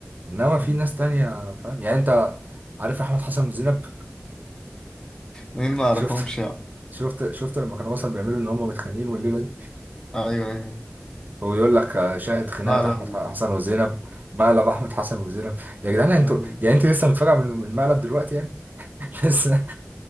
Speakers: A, on the right; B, on the left.
A: انما
B: امم.
A: في ناس تانية فاهم يعني انت عارف احمد حسن وزينب
B: مين ما اعرفهمش
A: شفت
B: يعني
A: شفت شفت لما كانوا مثلا بيعملوا ان هم متخانقين والليله دي
B: ايوه ايوه
A: ويقول لك آه، شاهد خناقه
B: لا لا
A: احمد حسن وزينب مقلب احمد حسن وزينب يا جدعان انتوا
B: ايوه.
A: يعني انت لسه متفاجئه من من المقلب دلوقتي يعني <laughs> لسه